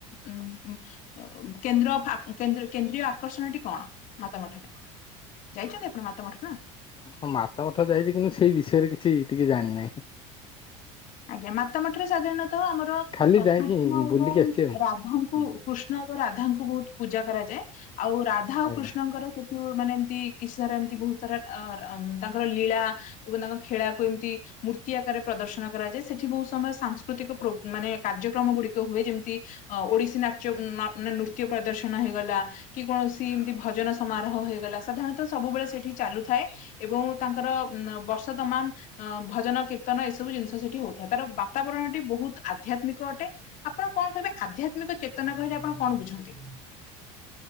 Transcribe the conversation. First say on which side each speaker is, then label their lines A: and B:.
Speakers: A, on the left; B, on the left.
A: ଉଁ ଉଁ ଅ ଉଁ କେନ୍ଦ୍ର ଫା କେନ୍ଦ୍ର କେନ୍ଦ୍ରୀୟ ଆକର୍ଷଣଟି କଣ ମାତା ମଠରେ? ଯାଇଚନ୍ତି ଆପଣ ମାତା ମଠ ନା?
B: ହଁ ମାତା ମଠ ଯାଇଚି କିନ୍ତୁ ସେଇ ବିଷୟରେ କିଛି ଟିକେ ଜାଣିନାହିଁ।
A: ଆଜ୍ଞା ମାତା ମଠରେ ସାଧାରଣତଃ ଆମର
B: ଖାଲି
A: ଅ
B: ଯାଇକି
A: କୃଷ୍ଣ ଏବଂ
B: ବୁଲିକି ଆସିଛି ଆଉ।
A: ରାଧାଙ୍କୁ
B: ହୁଁ
A: କୃଷ୍ଣ ଏବଂ ରାଧାଙ୍କୁ ବହୁତ ପୂଜା କରାଯାଏ। ଆଉ ରାଧା ଆଉ
B: ଆଜ୍ଞା
A: କୃଷ୍ଣଙ୍କର କୁ କୁ ମାନେ ଏମତି କିଛି ସାରା ଏମତି ବହୁତ ସାରା ଅ ଉଁ ତାଙ୍କର ଲୀଳା ଏବଂ ତାଙ୍କ ଖେଳାକୁ ଏମତି ମୂର୍ତ୍ତି ଆକାରରେ ପ୍ରଦର୍ଶନ କରାଯାଏ ସେଠି ବହୁତ ସମୟ ସାଂସ୍କୃତିକ ପ୍ରୋ ମାନେ କାର୍ଯ୍ୟକ୍ରମ ଗୁଡିକ ହୁଏ ଯେମିତି ଅ ଓଡିଶୀ ନାଚ ଉଁ ଅ ମାନେ ନୃତ୍ୟ ପ୍ରଦର୍ଶନ ହେଇଗଲା। କି କୌଣସି ଏମତି ଭଜନ ସମାରୋହ ହେଇଗଲା ସାଧାରଣତଃ ସବୁବେଳେ ସେଠି ଚାଲୁଥାଏ। ଏବଂ ତାଙ୍କର ଉଁ ବର୍ଷ ତମାମ ଅଁ ଭଜନ କୀର୍ତ୍ତନ ଏସବୁ ଜିନିସ୍ ତ ସେଠି ହଉଥାଏ ତାର ବାତାବରଣଟି ବହୁତ ଆଧ୍ୟାତ୍ମିକ ଅଟେ ଆପଣ କଣ କହିବେ ଆଧ୍ୟାତ୍ମିକ ଚେ ତନା କହିଲେ ଆପଣ କଣ ବୁଝନ୍ତି?